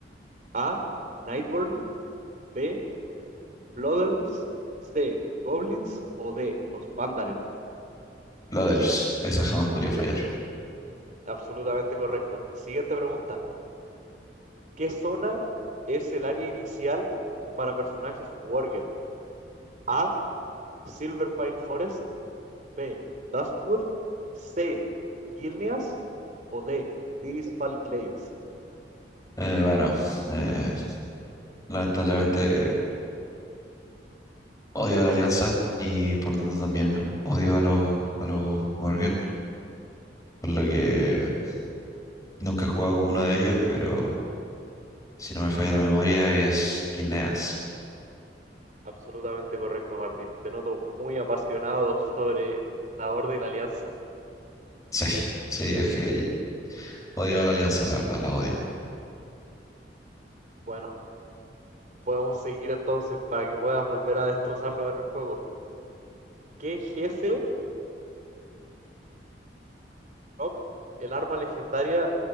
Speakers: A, on the right; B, on the left.
A: A, Nightborn, B, Blood Elves, C, Goblins o D, los Pandaren.
B: La dels, esa jamás podría fallar.
A: Absolutamente correcto. Siguiente pregunta. ¿Qué zona es el área inicial para personajes Worgen? A. Silver Pine Forest. B. Duskwood. C. Gilneas. O D. Tirisfal Glades.
B: Eh, bueno, eh, lamentablemente odio a la Alianza y por lo tanto también odio a los, a los Worgen, por lo que nunca he jugado con uno de ellos, pero si no me falla la memoria es Gilneas. <laughs>
A: Absolutamente correcto, Martín. Te noto muy apasionado sobre la Horda y la Alianza.
B: Sí, sí, es que odio a la Alianza, la verdad, la odio.
A: Bueno, podemos seguir entonces para que puedas volver a destrozarlo en el juego. ¿Qué jefe drop el arma legendaria